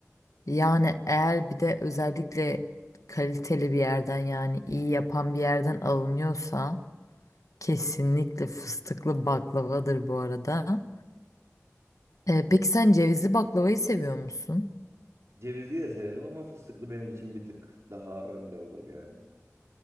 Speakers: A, on the left; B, on the right.
A: Yani eğer bir de özellikle kaliteli bir yerden yani iyi yapan bir yerden alınıyorsa Kesinlikle fıstıklı baklavadır bu arada. Ee, peki sen cevizli baklavayı seviyor musun?
B: Cevizli de severim ama fıstıklı benim için bir tık daha önde olur yani.